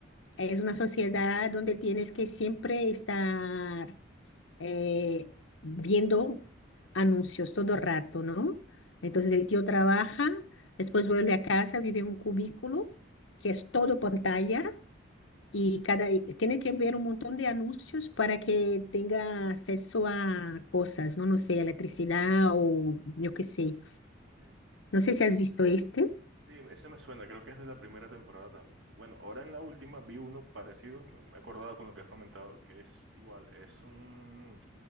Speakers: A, on the left; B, on the right.
A: es una sociedad donde tienes que siempre estar eh, viendo anuncios todo rato, ¿no? Entonces el tío trabaja, después vuelve a casa, vive en un cubículo que es todo pantalla y cada y tiene que ver un montón de anuncios para que tenga acceso a cosas, ¿no? No sé, electricidad o yo qué sé.
B: sí
A: No sé si has visto este.
B: sí, ese me suena, creo que es de la primera temporada también. Bueno, ahora en la última vi uno parecido, me me he acordado con lo que has comentado, que es igual, es un,